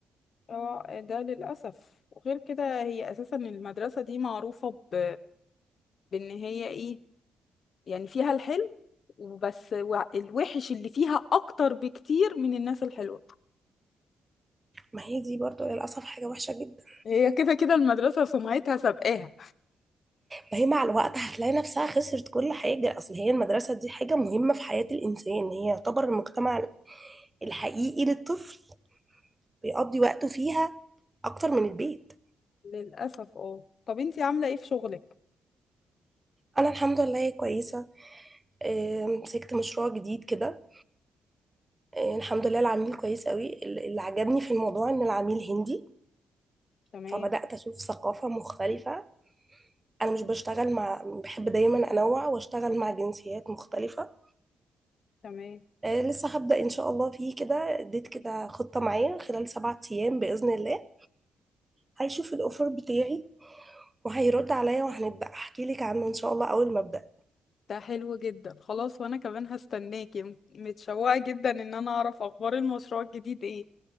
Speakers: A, on the left; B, on the right.
A: اه ده للأسف وغير كده هي أساسا المدرسة دي معروفة ب... بإن هي إيه يعني فيها الحلو وبس و- الوحش اللي فيها أكتر بكتير من الناس الحلوة
B: ما هي دي برضو للأسف حاجة وحشة جدا
A: هي كده كده المدرسة سمعتها سابقاها
B: فهي مع الوقت هتلاقي نفسها خسرت كل حاجة أصل هي المدرسة دي حاجة مهمة في حياة الإنسان هي يعتبر المجتمع الحقيقي للطفل بيقضي وقته فيها أكتر من البيت
A: للأسف اه طب انتي عاملة ايه في شغلك؟
B: أنا الحمد لله كويسة آه، مسكت مشروع جديد كده آه، الحمد لله العميل كويس قوي ال- اللي عجبني في الموضوع إن العميل هندي
A: تمام
B: فبدأت أشوف ثقافة مختلفة أنا مش بشتغل مع بحب دايما أنوع وأشتغل مع جنسيات مختلفة
A: تمام
B: آه، لسه هبدأ إن شاء الله فيه كده اديت كده خطة معايا خلال سبعة أيام بإذن الله هيشوف الاوفر بتاعي وهيرد عليا وهنبدا احكي لك عنه ان شاء الله اول ما ابدا
A: ده حلو جدا خلاص وأنا كمان هستناكي م- متشوقة جدا إن أنا أعرف أخبار المشروع الجديد ايه